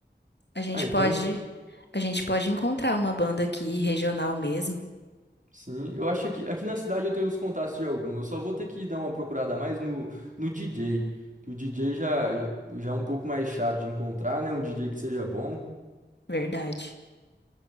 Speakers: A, on the left; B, on the right.
A: A gente
B: Ah, então
A: pode, a gente pode encontrar uma banda aqui regional mesmo,
B: Sim, eu acho que aqui na cidade eu tenho os contatos de algum. Eu só vou ter que dar uma procurada a mais no, no DJ, que o DJ já, já é um pouco mais chato de encontrar, né? Um DJ que seja bom.
A: verdade.